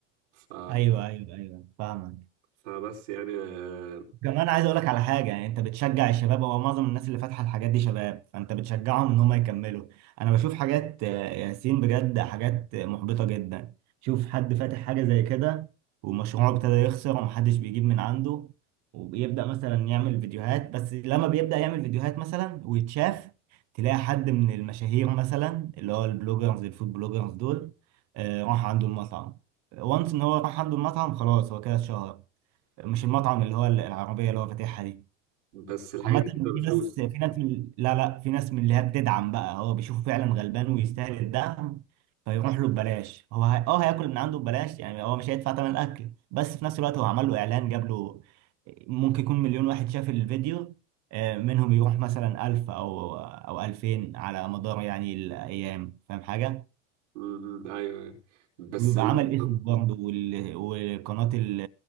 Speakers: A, on the right; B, on the right.
A: ف...
B: ايوه ايوه ايوه فاهمك
A: فبس يعني آه،
B: كمان عايز اقول لك على حاجه يعني انت بتشجع الشباب هو معظم الناس اللي فاتحه الحاجات دي شباب فانت بتشجعهم ان هم يكملوا انا بشوف حاجات آه، ياسين بجد حاجات محبطه جدا شوف حد فاتح حاجه زي كده ومشروعه ابتدى يخسر ومحدش بيجيب من عنده وبيبدا مثلا يعمل فيديوهات بس لما بيبدا يعمل فيديوهات مثلا ويتشاف تلاقي حد من المشاهير مثلا اللي هو البلوجرز الفود بلوجرز دول آه، راح عنده المطعم وانس ان هو راح عنده المطعم خلاص هو كده اتشهر مش المطعم اللي هو العربية اللي هو فاتحها دي
A: بس الحاجات
B: عامة
A: دي بتبقى بفلوس
B: في ناس في ناس من لا لا في ناس من اللي هي بتدعم بقى هو بيشوفه فعلا غلبان ويستاهل الدعم فيروح له ببلاش هو هي... اه هياكل من عنده ببلاش يعني هو مش هيدفع ثمن الاكل بس في نفس الوقت هو عمل له اعلان جاب له ممكن يكون مليون واحد شاف الفيديو آه، منهم يروح مثلا 1000 او او 2000 على مدار يعني الايام فاهم حاجة
A: م- م، ايوه أيوة. بس
B: ويبقى
A: ال...
B: عمل اسم برضه وال- وقناة ال-